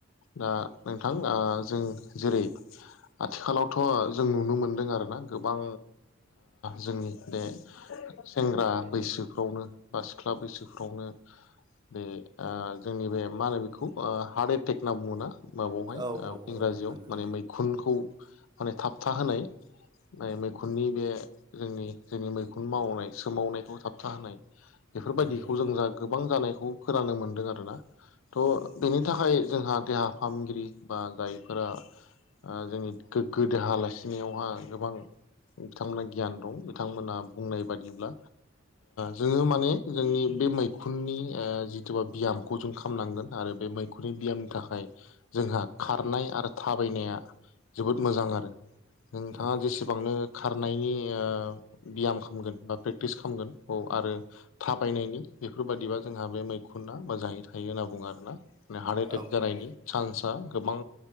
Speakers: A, on the left; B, on the right.
A: दा नोंथां जों जेरै आथिखालावथ' जों नुनो मोनदों आरोना गोबां जोंनि बे सेंग्रा बैसोफ्रावनो बा सिख्ला बैसोफ्रावनो बे जोंनि बे मा होनो बेखौ हार्ट एटेक होनना बुङोना? माबायावहाय
B: औ औ
A: इंराजियाव
B: औ नंगौ
A: माने म मै खुनखौ माने थाबथा होनाय मैखुननि बे जोंनि जोंनि मैखुन मावनाय सोमावनायखौ थाबथा होनाय बेफोरबायदिखौ
B: नंगौ
A: जों जा गोबां जानायखौ फोराननो मोन्दों आरो ना थ' बेनि थाखाय जोंहा देहा फाहामगिरि बा जायफोरा जोंनि गोगो देहा ला खिनायावहा गोबां बिथांमोनहा गियान दं बिथांमोना बुंनाय बादिब्ला जोङो माने जोंनि बे मैखुननि जिथ बा बियाम गजुन खालामनांगोन आरो बे मैखुननि बियामनि थाखाय जोंहा खारनाय आरो थाबायनाया जोबोद मोजां आरो नोंथाङा
B: नंगौ
A: जेसेबां
B: नंगौ
A: बांनो खारनायनि बियाम खालामगोन बा प्रेक्टिस खालामगोन बेव आरो थाबायनायनि बेफोरबादिबा जोंहा बे मैखुना मोजाङै थायो होनना बुङो आरोना ने हार्ट एटेक
B: औ
A: जानायनि
B: औ
A: सान्सआ गोबां